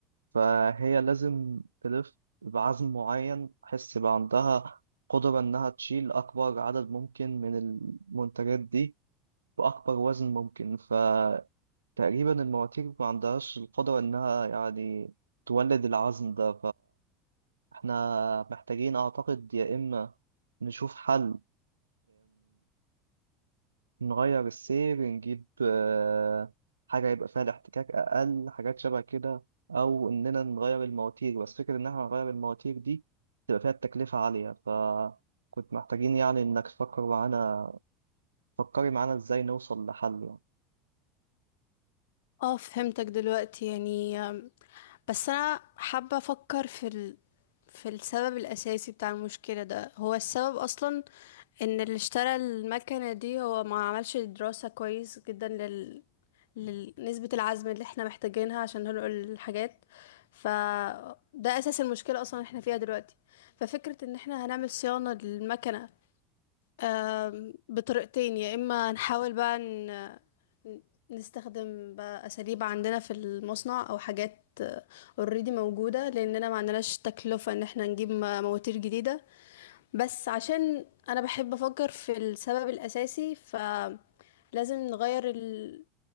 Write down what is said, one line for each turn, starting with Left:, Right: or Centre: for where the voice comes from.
Right: فهي لازم تلف بعزم معين تحس بقى عندها قدرة إنها تشيل أكبر عدد ممكن من المنتجات دي بأكبر وزن ممكن فتقريبا المواتير ما عندهاش القدرة إنها يعني تولد العزم ده فإحنا محتاجين أعتقد يا إما نشوف حل نغير السير نجيب آه، حاجة يبقى فيها الاحتكاك أقل حاجات شبه كده أو إننا نغير المواتير بس فكرة إن إحنا نغير المواتير دي تبقى فيها التكلفة عالية فكنت محتاجين يعني إنك تفكر معانا فكري معانا إزاي نوصل لحل يعني
Left: اه فهمتك دلوقتي يعني أم، بس انا حابة افكر في ال... في السبب الاساسي بتاع المشكلة ده هو السبب اصلا ان اللي اشترى المكنة دي هو ما عملش دراسة كويس جدا لل... لنسبة العزم اللي احنا محتاجينها عشان ننقل الحاجات فده اساس المشكلة اصلا اللي احنا فيها دلوقتي ففكرة ان احنا هنعمل صيانة للمكنة آم، بطريقتين يا اما نحاول بقى ن... نستخدم بقى اساليب عندنا في المصنع او حاجات اوريدي موجوده لاننا ما عندناش تكلفه ان احنا نجيب م- مواتير جديده بس عشان انا بحب افكر في السبب الاساسي فلازم نغير ال...